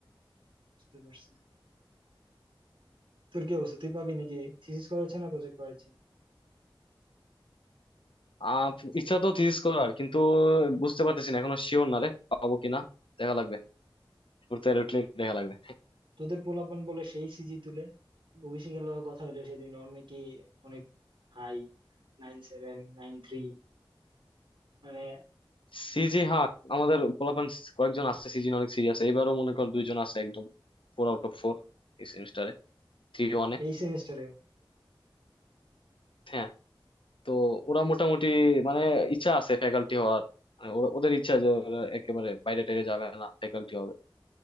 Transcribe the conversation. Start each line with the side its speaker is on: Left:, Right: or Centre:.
Right: বুঝতে পারছি তোর কি অবস্থা তুই পাবি নাকি থিসিস করেছে না প্রজেক্ট করেছে
Left: আহ ইচ্ছা তো থিসিস করার কিন্তু বুঝতে পারতেছি না এখনো শিওর না রে পাবো কিনা দেখা লাগবে ঘুরতে উঠলে দেখা লাগবে
Right: তোদের পোলাপান বলে সেই সিজি তুলে অভিষেকের লগে কথা হইলো সেদিন ওর নাকি অনেক হাই নাইন সেভেন নাইন থ্রি মানে
Left: সিজি হ্যাঁ আমাদের পোলাপান কয়েকজন আছে সিজি অনেক সিরিয়াস এবারও মনে কর দুইজন আছে একদম ফোর আউট অফ ফোর এই সেমিস্টারে থ্রি ওয়ানে
Right: এই সেমিস্টারেও
Left: হ্যাঁ তো ওরা মোটামুটি মানে ইচ্ছা আছে ফ্যাকাল্টি হওয়ার মানে ওরা- ওদের ইচ্ছা যে ওরা একেবারে বাইরে টাইরে যাবে না ফ্যাকাল্টি হবে